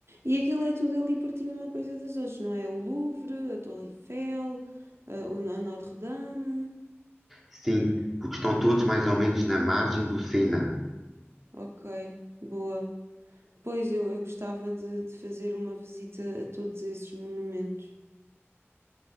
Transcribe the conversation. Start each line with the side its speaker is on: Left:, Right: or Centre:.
Right: E aquilo é tudo ali pertinho uma coisa das outras, não é? O Louvre, a Torre Eiffel, a, o- a Notre-Dame.
Centre: Sim, porque estão todos mais ou menos na margem do Sena.
Right: Ok, boa. Pois eu, eu gostava de, de fazer uma visita a todos esses monumentos.